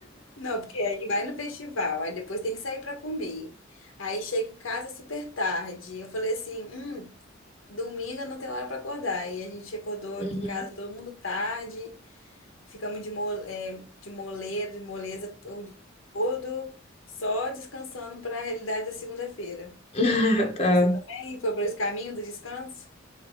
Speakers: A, on the left (about 80°); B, on the left (about 30°).
A: Não, porque aí vai no festival, aí depois tem que sair para comer. Aí chega em casa super tarde. Eu falei assim, hum, domingo eu não tem hora para acordar. E a gente acordou
B: Uhum.
A: aqui em casa todo mundo tarde, ficamos de, mo é, de moleira, de moleza o dia todo, só descansando para a realidade da segunda-feira.
B: <laughs> Tá.
A: Você também foi para esse caminho do descanso?